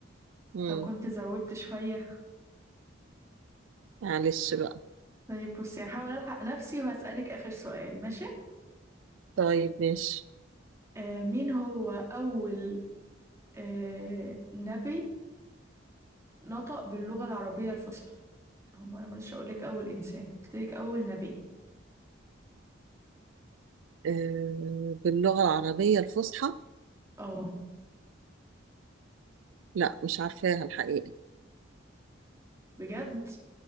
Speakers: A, on the right; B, on the right.
A: مم.
B: لو كنت زودت شوية
A: معلش بقى
B: طيب بصي هحاول ألحق نفسي وهسألك آخر سؤال ماشي
A: طيب ماشي
B: آه مين هو أول آه نبي نطق باللغة العربية الفصحى هو ما مرضتش أقولك أول إنسان قلتلك أول نبي
A: آه، باللغة العربية الفصحى
B: اه
A: لا مش عارفاها الحقيقة
B: بجد